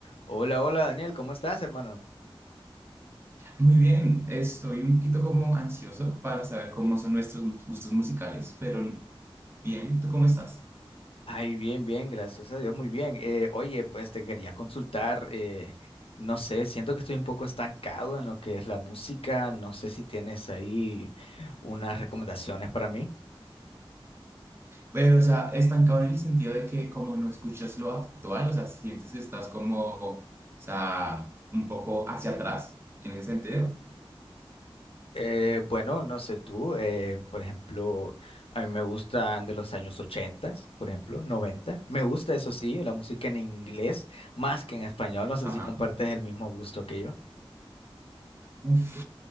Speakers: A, on the left; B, on the right.
A: Hola, hola Daniel, ¿cómo estás, hermano?
B: Muy bien, estoy un poquito como ansioso para saber cómo son nuestros gustos musicales, pero bien, ¿tú cómo estás?
A: Ay, bien, bien, gracias a Dios, muy bien. Eh, oye, pues te quería consultar, eh, no sé, siento que estoy un poco estancado en lo que es la música, no sé si tienes ahí unas recomendaciones para mí.
B: Pero, o sea, estancado en el sentido de que como no escuchas lo actual, o sea, sientes que estás como, o sea, un poco hacia atrás en ese sentido.
A: Eh, bueno, no sé tú, eh, por ejemplo, a mí me gustan de los años 80, por ejemplo, noventa Me gusta, eso sí, la música en inglés más que en español, no sé
B: Ajá.
A: si compartes el mismo gusto que yo.
B: Uf,